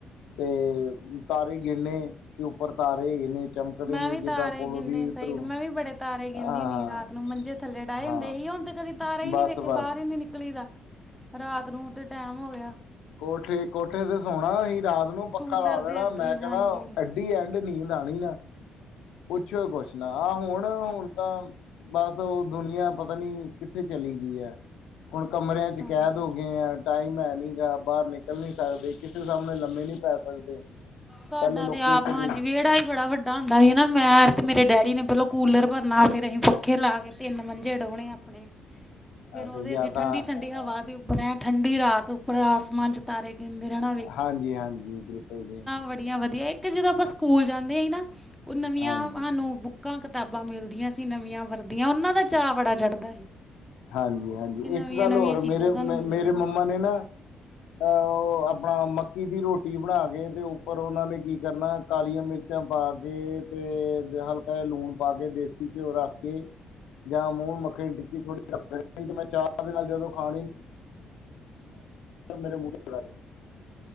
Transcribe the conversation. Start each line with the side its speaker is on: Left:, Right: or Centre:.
Left: ਤੇ ਤਾਰੇ ਗਿਨਣੇ ਕਿ ਉੱਪਰ ਤਾਰੇ ਹੈਗੇ ਨੇ ਚਮਕਦੇ
Centre: ਮੈਂ
Left: ਨੇ
Centre: ਵੀ
Left: ਜਿੱਦਾਂ
Centre: ਤਾਰੇ
Left: ਕੋਲੋਂ
Centre: ਗਿਣਨੇ
Left: ਦੀ
Centre: ਸਹੀ
Left: ਉੱਧਰੋਂ
Centre: ਮੈਂ ਵੀ ਬੜੇ ਤਾਰੇ ਗਿਣਦੀ
Left: ਹਾਂ
Centre: ਹੁੰਦੀ ਸੀ। ਰਾਤ ਨੂੰ ਮੰਜੇ ਥੱਲੇ ਡਾਏ
Left: ਹਾਂ
Centre: ਹੁੰਦੇ ਸੀ। ਹੁਣ ਤੇ ਕਦੀ ਤਾਰੇ ਈ
Left: ਬਸ
Centre: ਨੀ ਵੇਖੇ
Left: ਬਸ
Centre: ਬਾਰ ਈ ਨੀ ਨਿਕਲੀ ਦਾ ਰਾਤ ਨੂੰ ਤੇ ਟੈਮ ਹੋ ਗਿਆ।
Left: ਕੋਠੇ-ਕੋਠੇ ਤੇ ਸੋਣਾ ਅਸੀਂ ਰਾਤ ਨੂੰ ਪੱਖਾ
Centre: ਕੂਲਰ
Left: ਲਾ
Centre: ਦੇ
Left: ਲੈਣਾ
Centre: ਅੱਗੇ
Left: ਮੈਂ ਕਹਿਣਾ
Centre: ਹਾਂਜੀ
Left: ਐਂਡ ਨੀਂਦ ਆਣੀ ਨਾ ਪੁੱਛੋ ਕੁਛ ਨਾ ਆ ਹੁਣ-ਹੁਣ ਤਾਂ ਬਸ ਓ ਦੁਨੀਆਂ ਪਤਾ ਨੀ ਕਿੱਥੇ ਚਲੀ ਗਈ ਐ। ਹੁਣ ਕਮਰਿਆਂ ਚ
Centre: ਹਾਂਜੀ
Left: ਕੈਦ ਹੋ ਗਏ ਆ। ਟਾਈਮ ਹੈ ਨੀਗਾ ਬਾਹਰ ਨਿਕਲ ਨੀ ਸਕਦੇ। ਕਿਸੇ ਸਾਹਮਣੇ ਲੰਮੇ ਨੀ ਪੈ ਸਕਦੇ
Centre: ਸਾਡਾ
Left: ਪਹਿਲੇ ਲੋਕੀ
Centre: ਤੇ ਆਪ
Left: ਇੱਕ
Centre: ਹਾਂਜੀ
Left: ਦੂ
Centre: ਵਿਹੜਾ ਹੀ ਬੜਾ ਵੱਡਾ ਹੁੰਦਾ ਸੀ ਨਾ ਮੈਂ ਤੇ ਮੇਰੇ ਡੈਡੀ ਨੇ ਪਹਿਲਾਂ ਕੂਲਰ ਭਰਨਾ ਫੇਰ ਅਸੀਂ ਪੱਖੇ ਲਾ ਕੇ ਤਿੰਨ ਮੰਜੇ ਡੋਣੇ ਆਪਣੇ ਫੇਰ ਉਹਦੇ
Left: ਤੇ ਯਾਦਾਂ
Centre: ਅੱਗੇ ਠੰਡੀ-ਠੰਡੀ ਹਵਾ
Left: ਹਾਂ
Centre: ਦੇ ਉੱਪਰ ਐ ਠੰਢੀ ਰਾਤ ਉੱਪਰ ਆਸਮਾਨ ਚ ਤਾਰੇ ਗਿਣਦੇ ਰੈਣਾ।
Left: ਹਾਂਜੀ-ਹਾਂਜੀ ਬਿਲਕੁਲ ਜੀ।
Centre: ਵੜੀਆ ਵਧੀਆ ਇੱਕ ਜਦੋਂ ਆਪਾਂ ਸਕੂਲ ਜਾਂਦੇ ਸੀ ਨਾ। ਉਹ ਨਵੀਆਂ
Left: ਹਾਂਜੀ
Centre: ਸਾਨੂੰ ਬੁੱ ਕਾਂ-ਕਿਤਾਬਾਂ ਮਿਲਦੀਆਂ ਸੀ। ਨਵੀਆਂ ਵਰਦੀਆਂ ਉਹਨਾਂ ਦਾ ਚਾਅ ਬੜਾ ਚੜ੍ਹਦਾ ਸੀ।
Left: ਹਾਂਜੀ-ਹਾਂਜੀ,
Centre: ਕਿ ਨਵੀਆਂ
Left: ਇੱਕ ਗੱਲ
Centre: ਨਵੀਆਂ
Left: ਹੋਰ
Centre: ਚੀਜ਼ਾਂ
Left: ਮੇਰੇ-ਮੇਰੇ
Centre: ਸਾਨੂੰ ਮਿਲੀਆਂ ਹੋਣ
Left: ਮੰਮਾ ਨੇ ਨਾ ਅ ਓ ਆਪਣਾ ਮੱਕੀ ਦੀ ਰੋਟੀ ਬਣਾ ਕੇ ਤੇ ਉੱਪਰ ਉਹਨਾਂ ਨੇ ਕੀ ਕਰਨਾ ਕਾਲੀਆਂ ਮਿਰ ਚਾਂ ਪਾ ਕੇ, ਤੇ ਹਲਕਾ ਜਾ ਲੂਣ ਪਾ ਕੇ, ਦੇਸੀ ਘਿਓ ਰੱਖ ਕੇ ਜਾਂ ਮੂੰਹ ਮੱਖਣੀ ਟਿੱਕੀ, ਥੋੜ੍ਹੀ ਰੱਖ ਮੈਂ ਚਾਹ ਦੇ ਨਾਲ ਜਦੋਂ ਖਾਣੀ ਮੇਰੇ ਮੁ <unintelligible>